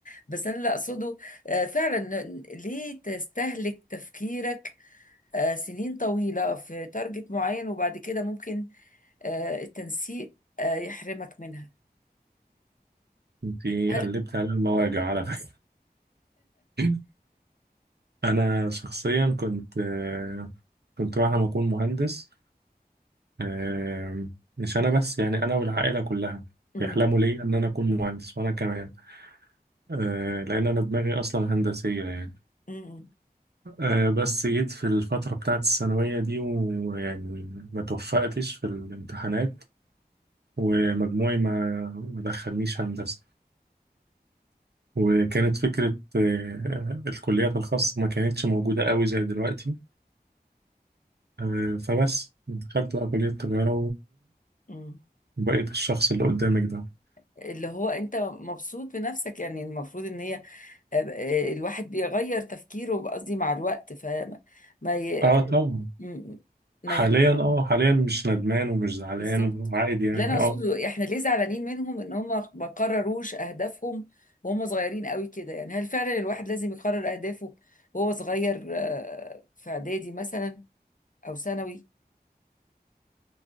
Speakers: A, on the left; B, on the right.
A: بس أنا اللي أقصده آه، فعلا ليه تستهلك تفكيرك آه، سنين طويلة في تارجت معين وبعد كده ممكن آه، التنسيق آه، يحرمك منها
B: أنت
A: هل
B: قلبت على المواجع على فكرة <laughs> أنا شخصيا كنت آه، كنت بعد ما أكون مهندس آه، مش أنا بس يعني أنا والعائلة كلها
A: مم.
B: بيحلموا ليا إن أنا أكون مهندس وأنا كمان آه، لأن أنا دماغي أصلا هندسية يعني
A: مم.
B: آه، بس جيت في الفترة بتاعت الثانوية دي ويعني ما توفقتش في الامتحانات ومجموعي ما ما دخلنيش هندسة وكانت فكرة آه، الكليات الخاصة ما كانتش موجودة قوي زي دلوقتي آه، فبس دخلت بقى كلية التجارة
A: مم.
B: وبقيت الشخص اللي قدامك ده
A: اللي هو انت مبسوط بنفسك يعني المفروض ان هي آه، آه، الواحد بيغير تفكيره قصدي مع الوقت فما ما ي...
B: اه طبعا
A: م- ما
B: حاليا
A: ي...
B: اه حاليا مش ندمان ومش زعلان
A: بالظبط
B: وعادي
A: <laughs>
B: يعني
A: اللي انا اقصده
B: اه
A: احنا ليه زعلانين منهم ان هم ما قرروش اهدافهم وهم صغيرين قوي كده يعني هل فعلا الواحد لازم يقرر اهدافه وهو صغير آه، في اعدادي مثلا او ثانوي